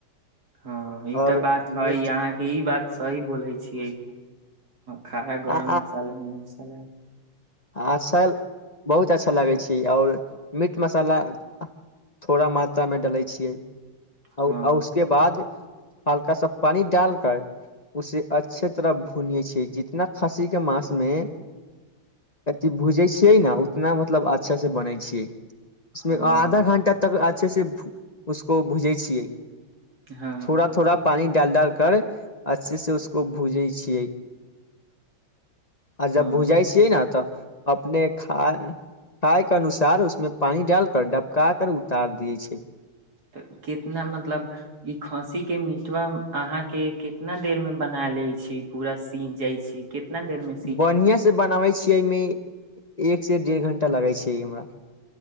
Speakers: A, on the right; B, on the left.
A: हँ ई
B: आओर
A: तऽ बात है
B: मीठ
A: यहााँ ई बात सही बोलै छियै खाना गरम
B: आ
A: मसाला में अच्छा लग
B: अच्छा बहुत अच्छा लगै छै आओर मीट मसाला थोड़ा मात्रामे डलै छियै
A: हँ
B: आ उसके बाद हल्का सा पानी डाल कर उसे अच्छे तरह भुनिये छै जितना खसी के मास में अथ भूजै छियै ने उतना मतलब अच्छा से बनै छियै उसमे
A: हँ
B: आधा घंटा त अच्छे से उसको भुजै छियै
A: हँ
B: थोड़ा थोड़ा पानी डाल डाल कर अच्छे से उसको भूजै छियै आ
A: हँ
B: जब भुजाइ छियै ने तऽ अपने खा पाय के अनुसार उसमे पानी डाल कर डबका कर उतार दिय छै
A: तऽ कितना मतलब ई खाँसी के मिटवा अहा के कितना देर में बना ले छी पूरा सीख जाइ छै कितना देर मे
B: बढ़िया से बनाबे छीियै एहिमे एक से डेढ़ घंटा लगे छै हमरा